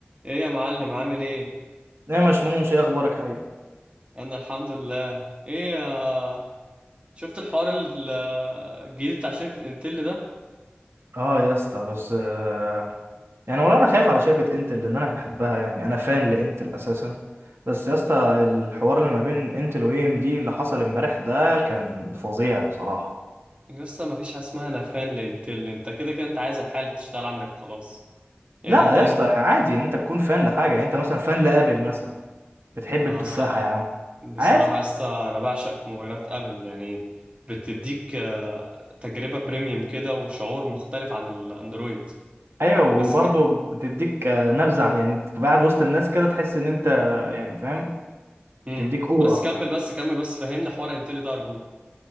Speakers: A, on the right; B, on the right.
A: ايه يا معلم عامل ايه
B: يا مشموش ايه اخبارك حبيبي
A: انا الحمد لله ايه يا شفت الحوار ال- الجديد بتاع شركة انتل ده
B: اه يا اسطى بس آه، يعني والله انا خايف على شركه انتل لان انا بحبها يعني انا فان لانتل اساسا بس يا اسطى الحوار اللي ما بين انتل واي ام دي اللي حصل امبارح ده كان فظيع بصراحه
A: لسه ما فيش حاجه اسمها نفان لانتل انت كده كده انت عايز الحاجه اللي تشتغل عندك خلاص يعني
B: لا
A: انت
B: يا
A: إن-
B: اسطى عادي ان انت تكون فان لحاجه يعني انت مثلا فان لابل مثلا بتحب
A: اه
B: التفاحه
A: ص-
B: يا عم
A: بصراحه
B: عادي
A: لسه انا بعشق موبايلات ابل يعني بتديك آه، تجربه بريميوم كده وشعور مختلف عن الاندرويد
B: ايوه وبرضه
A: بس ك...
B: بتديك آه، نبزه يعني تبقى قاعد وسط الناس كده تحس ان انت يعني فاهم
A: مم.
B: تديك اورا
A: بس كمل بس كمل بس فهمنا حوار انتل ده ارجوك